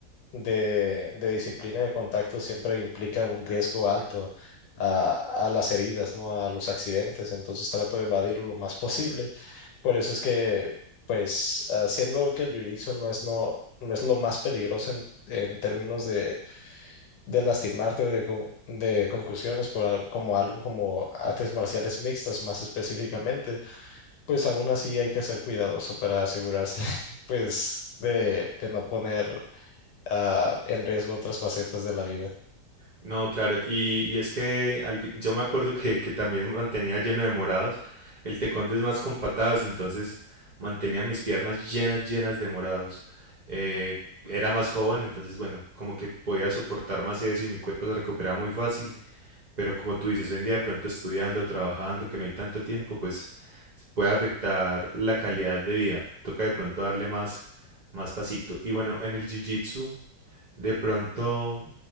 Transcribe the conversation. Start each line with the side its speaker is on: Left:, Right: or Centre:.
Left: de, de disciplina de contacto siempre implica un riesgo alto a, a las heridas, ¿no? A los accidentes, entonces trato de evadirlo lo más posible. Por eso es que, pues, haciendo que el jiu-jitsu no es, no, no es lo más peligroso en, en términos de de lastimarte o de, co- de conclusiones por al- como algo como artes marciales mixtas más específicamente, pues aún así hay que ser cuidadoso para asegurarse <laughs> pues de, de no poner ah, en riesgo otras facetas de la vida.
Right: No, claro, y, y es que al fin- yo me acuerdo que, que también me mantenía lleno de morados, el tecón es más con patadas, entonces mantenía mis piernas llenas, llenas de morados. Eh, era más joven, entonces bueno, como que podía soportar más eso y mi cuerpo se recuperaba muy fácil, pero como tú dices, hoy en día de pronto estudiando, trabajando, que no hay tanto tiempo, pues se puede afectar la calidad de vida, toca de pronto darle más, más pasito. Y bueno, en el jiu-jitsu... De pronto,